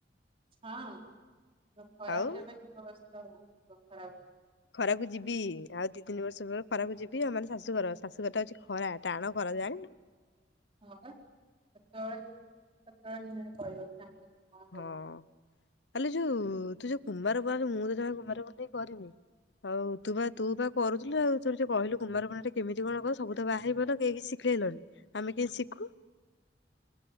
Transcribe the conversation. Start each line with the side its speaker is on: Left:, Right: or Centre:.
Right: ହଁ ଖରାକୁ
Left: ଆଉ
Right: କେବେ ଯିବିବ <unintelligible> ଖରା ହଉଛି <unintelligible>
Left: ଖରାକୁ ଯିବି ଆଉ ଦି ତିନି ବର୍ଷ ପରେ ଖରାକୁ ଯିବି ଆଉ ମାନେ ଶାଶୁଘର ଶାଶୁଘର ଟା ହଉଛି ଖରା ଟାଣ ଖରା ଜାଣନୁ
Right: <unintelligible> ହଉଛି
Left: ହଁ ଖଲି ତୁ ଯୋଉ କୁମାରକୁୁଣ ମୁଁ ତ ଜଣେ କୁମାରକୁୁଣ୍ଡ କରିନି ଆଉ ତୁ ବା ତୁ ବା କରୁଥିଲୁ ଆଉ ତୋ ଯ କହିଲୁ କୁମାରକୁୁଣ୍ଡ ଟା କେମିତି କଣ କ ସବୁ ତ ବାହାରିିବନ କେହି ଶିଖେଇଲନି ଆମେ କେହି ଶିଖୁ <unintelligible>